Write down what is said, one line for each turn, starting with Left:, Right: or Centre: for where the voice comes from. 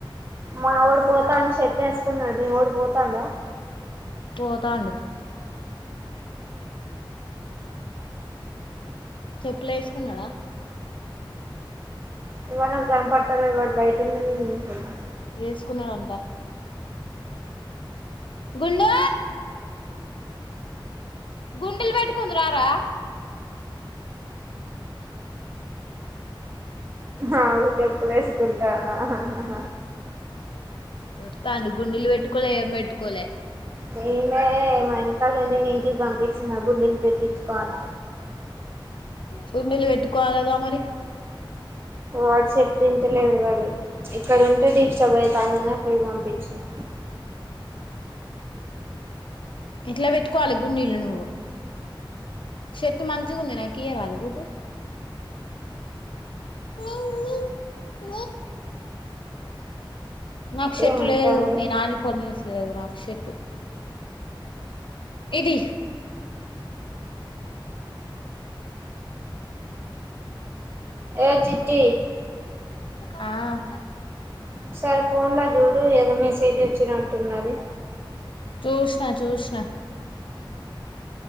Right: మావోడు పోతా అని షట్ వేసుకున్నాడు మీ వోడు పోతండా.
Left: పోతాండు చెప్పులేసుకున్నాడా
Right: ఏమో నాక్ కనపడతలేదు వాడు బయటున్నాడు నేను ఇంట్లున్నా.
Left: వేసుకున్నాడంటా గుండూ గుండిలు పెట్టుకుందువు రా రా
Right: ఆగు చెప్పులేసుకుంటాను హ హ హ
Left: వత్తాండు గుండిలు పెట్టుకోలే ఏం పెట్టుకోలే
Right: నినే మా ఇంతగ నుంచి మీ ఇంటి పంపించిన గుండిలు పెట్ టిచ్చుకో అని
Left: గుండిలు పెట్టుకోవాలిగా మరి
Right: వాడు చెప్తే వింటలేడు వాడు ఇక్కడుంటే డిస్టర్బ్ అయితుందని అక్కడికి పంపించినా.
Left: ఇట్లా పెట్టుకోవాలి గుండిలు నువ్వు షర్ట్ మంచిగుంది నాకియరాదు బూటూ <inaudible> నాకు షర్టు
Right: ఏమంటాడు
Left: లేదు మీ నాని కొన్నిస్త్ కొన్నిట్లేదు నాక్ షర్టు ఇది
Right: ఏ చిట్టి
Left: ఆ
Right: ఒక సారి ఫోన్ లో చూడు ఏదో మెసేజ్ వచ్చినట్టున్నది.
Left: చూసిన చూసిన